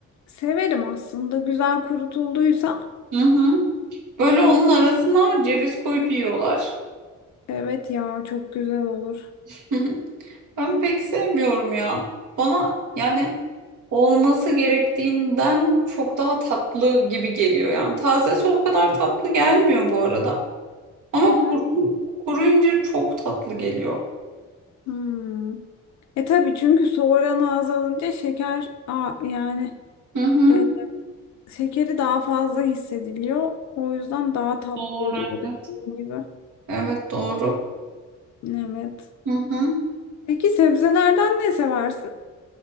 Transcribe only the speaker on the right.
Hı hı. Böyle onun arasına ceviz koyup yiyorlar.
<laughs> Ben pek sevmiyorum ya. Bana yani olması gerektiğinden çok daha tatlı gibi geliyor yani. Tazesi o kadar tatlı gelmiyor bu arada. Ama
kuru, kuru incir çok tatlı geliyor.
Hı hı.
Doğru.
Evet
Evet, doğru.
Hı hı.